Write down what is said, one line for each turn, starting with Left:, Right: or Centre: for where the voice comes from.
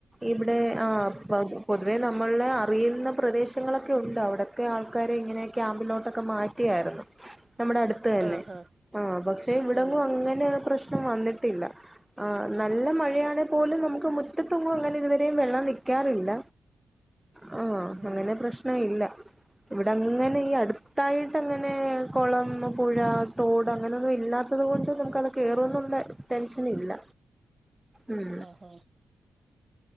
Centre: ഇവിടെ ആഹ് പ പൊതുവെ നമ്മളെ അറിയുന്ന പ്രദേശങ്ങളൊക്കെ ഉണ്ട് അവടെ ക്കെ ആൾക്കാരെ ഇങ്ങനെ ക്യാമ്പിലോട്ടൊക്കെ മാറ്റിയായിരുന്നു നമ്മുടെ അടുത്ത് തന്നെ
Right: ആഹ് ആഹ്
Centre: ആഹ് പക്ഷെ ഇവിടെങ്ങും
Right: ഉം
Centre: അങ്ങനെ പ്രശ്നം വന്നിട്ടില്ല ആഹ് നല്ല മഴയാണെ പോലും നമുക്ക് മുറ്റത്തങ്ങും അങ്ങനെ ഇതുവരേം വെള്ളം നിക്കാറില്ല <inaudible> ആഹ്
Right: ഉം
Centre: അങ്ങനെ പ്രശ്നല്ല ഇവിടെ അങ്ങനെ ഈ അടുത്തായിട്ടങ്ങനെ കൊളം, പുഴ, തോട് അങ്ങനെയൊന്നും ഇല്ലാത്തത് കൊണ്ട് നമുക്കത് കേ പ്ലോന്നും ടെ ടെൻഷനില്ല ഉം
Right: ആഹാ